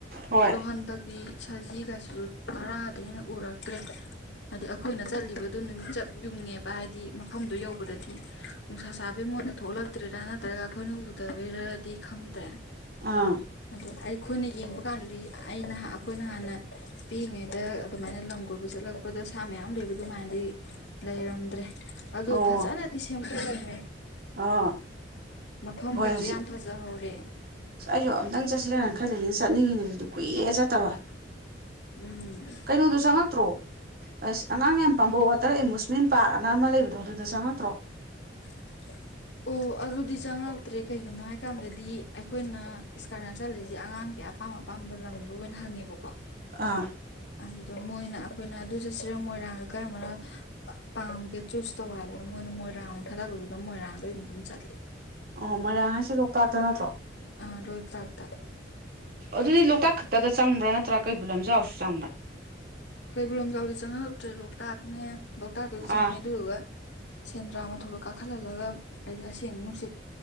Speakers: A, on the right; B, on the left.
A: ꯍꯣꯏ
B: ꯑꯗꯣ ꯍꯟꯗꯛꯇꯤ ꯁꯖꯤꯒꯥꯁꯤꯁꯨ ꯇꯔꯥꯗꯩ ꯍꯦꯟꯅ ꯎꯔꯛꯇ꯭ꯔꯦ ꯑꯗꯩ ꯑꯈꯣꯏꯅ ꯆꯠꯂꯤꯕꯗꯨ ꯅꯨꯃꯤꯠ ꯆꯞ ꯌꯨꯡꯉꯦꯕ ꯍꯥꯏꯗꯤ ꯃꯐꯝꯗꯣ ꯌꯧꯕꯗꯗꯤ ꯅꯨꯡꯁꯥ ꯁꯥꯕꯩ ꯃꯣꯏꯅ ꯊꯣꯛꯂꯛꯇ꯭ꯔꯤꯔꯥ ꯅꯠꯇ꯭ꯔꯒ ꯑꯩꯈꯣꯏꯅ ꯎꯗꯕꯩꯔꯗꯤ ꯈꯪꯗ꯭ꯔꯦ
A: ꯑꯥ
B: ꯑꯗꯣ ꯑꯩꯈꯣꯏꯅ ꯌꯦꯡꯕ ꯀꯥꯟꯗꯗꯤ ꯑꯩꯅ ꯍꯥꯟ ꯑꯩꯈꯣꯏꯅ ꯍꯥꯟꯅ ꯄꯤꯛꯏꯉꯩꯗ ꯑꯗꯨꯃꯥꯏꯅ ꯂꯝ ꯀꯣꯏꯕ ꯆꯠꯂꯛꯄꯗ ꯁꯥ ꯃꯌꯥꯝ ꯂꯩꯕ ꯑꯗꯨꯃꯥꯏꯅꯗꯤ ꯂꯩꯔꯝꯗ꯭ꯔꯦ ꯑꯗꯨ
A: ꯑꯣ
B: ꯐꯖꯅꯗꯤ ꯁꯦꯝꯒꯠꯂꯝꯃꯦ
A: ꯑꯥ
B: ꯃꯐꯝꯒꯁꯨ
A: ꯍꯣꯏ ꯍꯧꯖꯤꯛ
B: ꯌꯥꯝ ꯐꯖꯩ ꯆꯍꯔꯦ
A: ꯑꯁ ꯑꯩꯁꯨ ꯑꯝꯇꯪ ꯆꯠꯁꯤꯔꯅ ꯈꯔꯗꯅ ꯆꯠꯅꯤꯡꯉꯤꯅꯦ ꯑꯗꯨꯗꯤ ꯀꯨꯏꯔꯦ ꯆꯠꯇꯕ
B: ꯎꯝ
A: ꯀꯩꯅꯣꯗꯨꯣ ꯆꯪꯉꯛꯇ꯭ꯔꯣ ꯑꯁ ꯑꯉꯥꯡ ꯌꯥꯝ ꯄꯥꯝꯕ ꯋꯥꯇꯔ ꯑꯦꯃꯨꯁꯃꯦꯟ ꯄꯥꯔꯛ ꯑꯅ ꯑꯃ ꯂꯩ ꯑꯗꯣ ꯑꯗꯨꯗ ꯆꯪꯉꯛꯇ꯭ꯔꯣ꯫
B: <unintelligible> ꯑꯣ ꯑꯗꯨꯗꯤ ꯆꯪꯉꯛꯇ꯭ꯔꯦ ꯀꯩꯒꯤꯅꯣ ꯍꯥꯏꯀꯥꯟꯗꯗꯤ ꯑꯩꯈꯣꯏꯅ ꯏꯁꯀꯥꯔꯁꯟ ꯆꯠꯂꯤꯖꯦ ꯑꯉꯥꯡꯒꯤ ꯑꯄꯥꯝ ꯑꯄꯥꯝꯕ ꯂꯝꯗꯣ ꯑꯣꯏꯅ ꯍꯪꯉꯦꯕꯀꯣ
A: ꯑꯥ
B: ꯑꯗꯨꯗ ꯃꯣꯏꯅ ꯑꯩꯈꯣꯏꯅ ꯑꯗꯨ ꯆꯠꯁꯤꯔ ꯃꯣꯏꯔꯥꯡꯒ ꯀꯔꯝꯕꯅꯣ ꯄꯥꯝꯒꯦ ꯆꯨꯁ ꯇꯧ ꯍꯥꯏꯕꯗ ꯃꯣꯏꯅ ꯃꯣꯏꯔꯥꯡ ꯑꯣꯏꯅ ꯈꯜꯂꯛꯄꯗꯨꯗ ꯃꯣꯏꯔꯥꯡꯗ ꯑꯣꯏꯅ ꯑꯗꯨꯝ ꯆꯠꯂꯦ
A: ꯑꯣ ꯃꯣꯏꯔꯥꯡ ꯍꯥꯏꯁꯤ ꯂꯣꯛꯇꯥꯛꯇ ꯅꯠꯇ꯭ꯔꯣ꯫
B: ꯑ ꯔꯣꯜ ꯂꯥꯛꯇꯔ
A: ꯑꯗꯨꯗꯤ ꯂꯣꯛꯇꯥꯛ ꯈꯛꯇꯗ ꯆꯪꯕ꯭ꯔꯥ ꯅꯠꯇ꯭ꯔꯥ ꯀꯩꯕꯨꯜ ꯂꯝꯖꯥꯎꯔꯁꯨ ꯆꯪꯕ꯭ꯔꯥ
B: ꯀꯩꯕꯨꯜ ꯂꯝꯖꯥꯎꯗꯤ ꯆꯪꯉꯔꯛꯇ꯭ꯔꯦ ꯂꯣꯛꯇꯥꯛꯅꯦ ꯂꯣꯛꯇꯥꯛꯇꯨꯁꯨ ꯆꯪꯉꯦ
A: ꯑꯥ
B: ꯑꯗꯨꯗꯨꯒ ꯁꯦꯟꯗ꯭ꯔꯥ ꯃꯊꯣꯛꯇ ꯀꯥꯈꯠꯍꯜꯂꯒ ꯍꯥꯏꯗꯤ ꯑꯁꯦꯡꯕ ꯅꯨꯡꯁꯤꯠ